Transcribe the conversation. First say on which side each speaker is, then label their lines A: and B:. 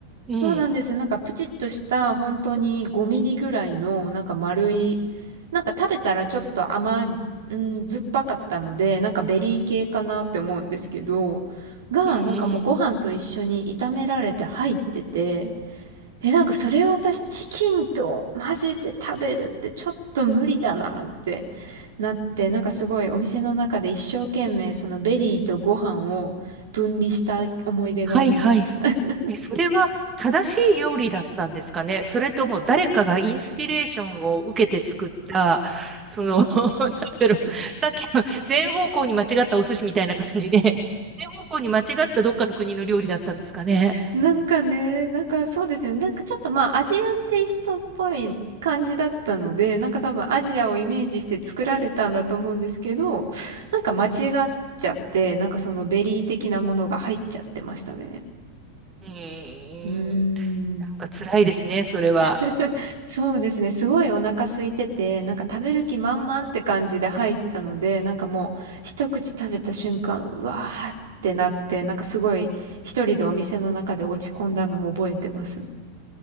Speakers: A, on the right (about 25°); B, on the right (about 60°).
A: ー。
B: そうなんですよ。
A: うん。
B: なんかプチッとした、本当に5ミリぐらいの、なんか丸い、
A: うん
B: なんか食べたらちょっと甘、うん、酸っぱかったので、なんかベリー系かなって思うんですけど、が、なんかもうご飯と一緒に炒められて入ってて、
A: うんうん。
B: え、なんかそれを私チキンと混ぜて食べるってちょっと無理だなって。なって、なんかすごいお店の中で一生懸命そのベリーとご飯を分離した思い出があります。
A: はいはい
B: <laughs>
A: え、それは正しい料理だったんですかねそれとも誰かがインスピレーションを受けて作った、その、<laughs> なんだろう、さっきの全方向に間違ったお寿司みたいな感じで、全方向に間違ったどっかの国の料理だったんですかね
B: なんかね、なんかそうですね、なんかちょっとまあアジアンテイストっぽい感じだったので、なんか多分アジアをイメージして作られたんだと思うんですけど、なんか間違っちゃって、なんかそのベリー的なものが入っちゃってましたね。
A: うーん、
B: うー
A: なん
B: ん。
A: か辛いですね、それは。
B: <laughs> そうですね。すごいお腹空いてて、なんか食べる気満々って感じで入ったので、なんかもう一口食べた瞬間、うわーってなって、なんかすごい一人でお店の中で落ち込んだのを覚えてます。